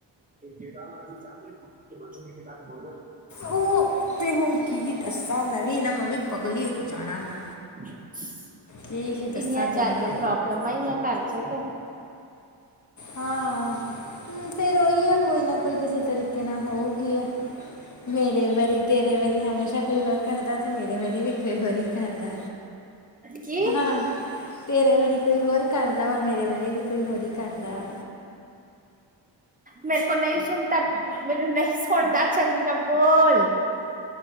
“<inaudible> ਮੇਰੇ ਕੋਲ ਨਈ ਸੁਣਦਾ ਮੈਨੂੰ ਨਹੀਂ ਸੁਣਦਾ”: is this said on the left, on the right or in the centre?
Right